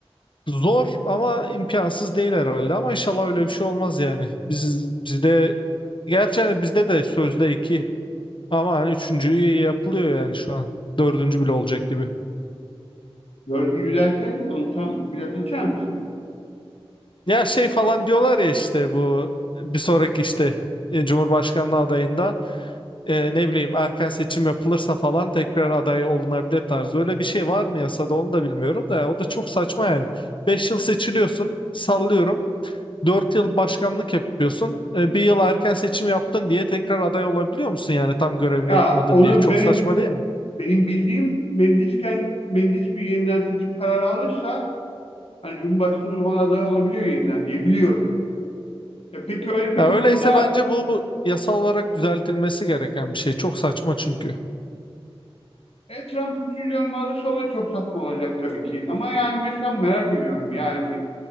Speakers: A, on the left; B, on the left.
A: Zor ama imkansız değil herhalde ama inşallah öyle bir şey olmaz yani. Biz, bizde gerçi hani bizde de sözde iki ama hani üçüncüyü yapılıyor yani şu an. Dördüncü bile olacak gibi.
B: görgü derken onu tam biraz açar mısın?
A: Ya şey falan diyorlar ya işte bu bir sonraki işte e, Cumhurbaşkanlığı adayında e, ne bileyim erken seçim yapılırsa falan tekrar aday olunabilir tarzı. Öyle bir şey var mı yasada onu da bilmiyorum da ya, o da çok saçma yani. beş yıl seçiliyorsun sallıyorum. dört yıl başkanlık yapıyorsun. E, bir yıl erken seçim yaptın diye tekrar aday olabiliyor musun yani tam görevini
B: Ya
A: yapmadın
B: onu
A: diye. Çok
B: benim
A: saçma değil mi?
B: Benim bildiğim meclisken meclis bir yeniden seçim kararı alırsa hani Cumhurbaşkanı o zaman aday olabiliyor yeniden diye biliyorum. E peki öyle bir
A: Ya
B: durumda
A: öyleyse bence bu yasal olarak düzeltilmesi gereken bir şey. Çok saçma çünkü.
B: e, Trump üçüncü dönem alırsa o da çok saçma olacak tabii ki. Ama yani mesela merak ediyorum yani